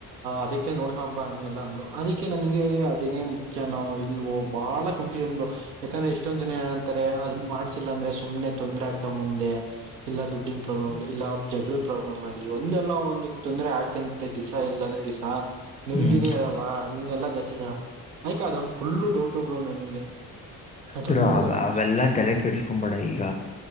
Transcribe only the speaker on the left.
ಹ್ಮ್
ಬ್ರೋ ಅವ
ಅವೆಲ್ಲಾ
ತಲೆ ಕೆಇಡ್ಸ್ಕೊಬೇಡ ಈ. ಈಗ